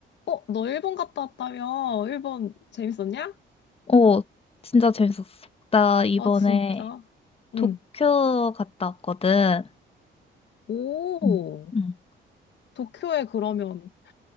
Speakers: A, on the left; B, on the left.
A: 어, 너 일본 갔다 왔다며? 일본 재밌었냐?
B: 어, 진짜 재밌었어. 나 이번에
A: 아, 진짜? 응.
B: 도쿄 갔다 왔거든.
A: 오,
B: 응, 응,
A: 도쿄에 그러면,